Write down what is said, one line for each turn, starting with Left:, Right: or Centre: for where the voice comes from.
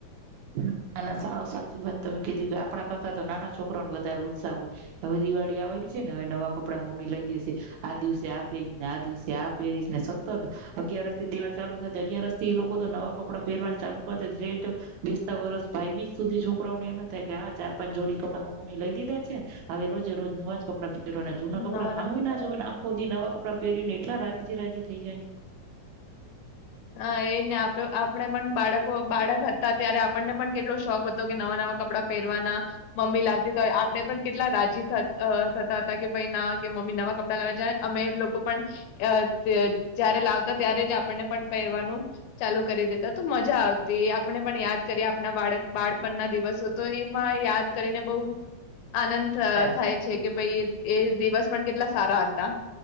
Right: ના ના સા સાચી વાત તમે કીધી કે આપડા કરતાં તો નાના છોકરાને વધારે ઉત્સાહ હોય, હવે દિવાળી આવેલી છે ને હવે નવા કપડાં મમ્મી લઈ દેશે આ દિવસે આ પહેરીશ ને આ દિવસે આ પહેરીશ ને સતત અગિયાર રસથી તહેવાર ચાલુ થ અગયાર રસથી લોકો તો નવા કપડાં પહેરવાનું ચાલુ કરતા. વર્ષ ભાઈ બીસ સુધી છોકરાઓનેમ થાય કે આ ચાર પાંચ જોડી કપડા મમ્મી લઈ દીધા છે હવે રોજે રોજ નવાજ કપડા. પનાને જૂના કપડા
Left: નવા
Right: હામુય
Left: નવ
Right: ના જોય નાખો. ખોદી નવા કપડાં પહેરીને એટલા રાજી રાજી થઈ જાય.
Left: હા એને આપણે પણ બાળકો બાળક હતા ત્યારે આપણને પણ કેટલો શોખ હતો, કે નવા નવા કપડાં પહેરવાના મમ્મી લાવતી તો હોય આપણે પણ કેટલા રાજી થતા હતા કે ભાઈ ના કે મમ્મી નવા કપડા લાવે જ અમે લોકો પણ જય્યારે લાવતા ત્યારે જ આપણને પણ. પહેરવાનું ચાલુ કરી દેતા તો મજા આવતી. આપણે પણ યાદ કરીએ આપના બાળક બાળપણ ના દિવસો તો એમાં યાદ કરીને બઉ. આનંદ
Right: ને
Left: થાય છે કે ભઈ. એ દિવસ પણ કેટલા સારા હતા.